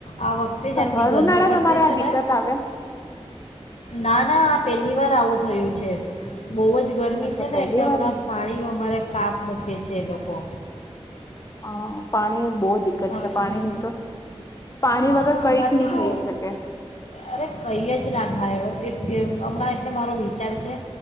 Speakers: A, on the left; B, on the left.
A: આ વખતે જ આટલી
B: હર
A: ગરમી
B: ઉનાળા
A: પડતી
B: તમારે આ
A: છે
B: દિક્કત
A: ને
B: આવે
A: ના ના આ પહેલી વાર આવું થયું છે બહુ જ ગરમી
B: અચ્છા
A: છે ને
B: પહેલી
A: એટલે હમણાં
B: વાર
A: પાણી અમારે કાપ મૂક <unintelligible> લોકો
B: હા, પાણી બહુ દિક્કત
A: બાકી
B: છે પાણીની તો પાણી
A: હા,
B: વગર કઈક
A: બાકી
B: નહી
A: તો
B: થઈ શકે
A: અરે કઈ જ ના થાય કે હમણાં એટલે મારો વિચાર છે